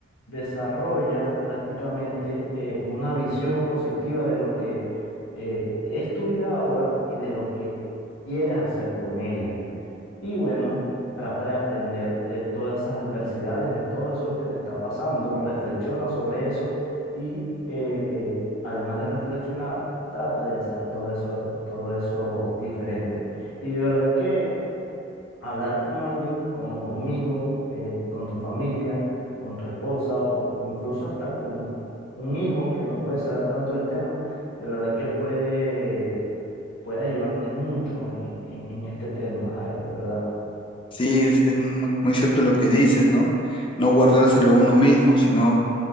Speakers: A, on the left (about 80°); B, on the left (about 25°).
A: desarrolla prácticamente eh, una visión positiva de lo que eh, es tu vida ahora y de lo que quieres hacer con ella. Y bueno, trata de aprender de todas esas adversidades, de todo eso que te está pasando, reflexiona sobre eso y eh, además de reflexionar, trata de hacer todo eso, todo eso diferente. Y de verdad que hablar con alguien como conmigo, eh, con tu familia, con tu esposa o, o incluso hasta con un hijo que no puede saber tanto del tema, de verdad que puede, puede ayudarte mucho en, en- en este tema, Jairo, de verdad.
B: Sí, es, es muy, muy cierto lo que dices, ¿no? No guardárselo uno mismo, sino